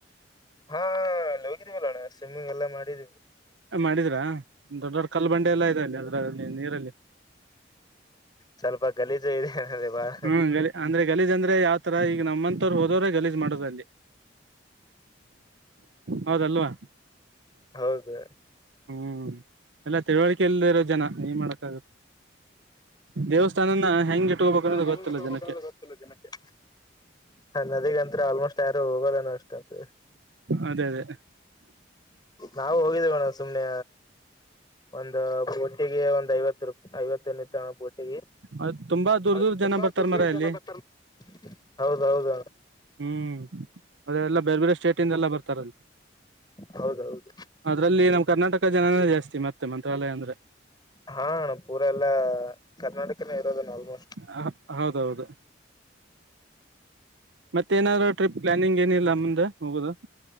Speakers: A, on the left; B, on the right.
A: ಹಾ ಅಲ್ಲ ಹೋಗಿದೀವಲ್ಲೋಣ್ಣ ಸ್ವಿಮ್ಮಿಂಗ್ ಎಲ್ಲಾ ಮಾಡಿದೀವಿ
B: ಮಾಡಿದ್ರಾ ದೊಡ್ಡವ ಕಲ್ಲ ಬಂಡೆ ಎಲ್ಲಾ ಇದೆ ಅಲ್ಲಿ ಅದ್ರಲ್ಲಿ ನೀರಲ್ಲಿ
A: ಸ್ವಲ್ಪ ಗಲೀಜು ಇದೆ ಅದೆ ಬಾಳ
B: ಹ್ಮ ಗಲಿ ಅಂದ್ರೆ ಗಲೀಜ್ ಅಂದ್ರೆ ಯಾವ್ತರ ಈ ಈಗ ನಮ್ಮಂತವರು ಹೋದೋ್ರ ಗಲೀಜು ಮಾಡುದಲ್ಲಿ ಹೌದಲ್ವಾ
A: ಹೌದು
B: ಹ್ಮ್ ಎಲ್ಲ ತಿಳುವಳಿಕೆಲ್ಲ ಇರೋ ಜನ ನೀನ್ ಮಾಡಕ್ಕ ಆಾಗುತ್ತೆ ದೇವಸ್ಥಾನನ ಹೆಂಗ್ ಇಟ್ಕೋಬೇಕು ಅನ್ನೋದು
A: ಹೆಂಗ
B: ಗೊತ್ತಿಲ್ಲ
A: ಇಟ್ಟ
B: ಜನಕ್ಕೆ
A: ಹೋಗ ಗೊತ್ತಿಲ್ಲ ದಿನಕ್ಕೆ ನದಿಗಂತ್ರ ಆಲ್ಮೋಸ್ಟ್ ತಾರ ಹೋಗೋದನ ಅಷ್ಟಂತ
B: ಅದೇ ಅದೇ
A: ನಾವು ಹೋಗಿದೇವಣ್ಣ ಸುಮ್ನೆ ಒಂದು ಒಟ್ಟಿಗೆ ಒಂದ್ ಐವತ್ತು ರೂಾಯಿ ಐ ಬೋಟಿಗೆ
B: ಅದ್ ತುಂಬಾ ದೂರ್
A: ಅದ
B: ದೂರ್
A: ತುಂಬಾ
B: ಜನ ಬರ್ತಾರ
A: ದೂರ್ ದೂರ್
B: ಮರ ಇಲ್ಲಿ
A: ಜನ ಬರ್ತಾರ ಹೌದೌದ
B: ಹ್ಮ್ ಅದಲ್ಲ ಬೇರೆ ಬೇರೆ ಸ್ಟೇಟಿಂದ ಎಲ್ಲ ಬರ್ತಾರಲ್ಲಿ
A: ಹೌದೌದು
B: ಅದ್ರಲ್ಲಿ ನಮ್ಮ್ ಕರ್ನಾಟಕ ಜನನೇ ಜಾಸ್ತಿ ಮತ್ತೆ ಮಂತ್ರಾಲಯ ಅಂದ್ರೆ
A: ಹಾಣ ಪೂರ ಎಲ್ಲ ಕರ್ನಾಟಕನೇ ಇರೋದ ಆಲ್ಮೋಸ್ಟ್
B: ಹ ಹೌದೌದು ಮತ್ತೆ ಏನಾದ್ೂ ಟ್ರಿಪ್ ಪ್ಲಾನಿಂಗ್ ಏನಿಲ್ಲ ಮುಂದೆ ಹೋಗುದು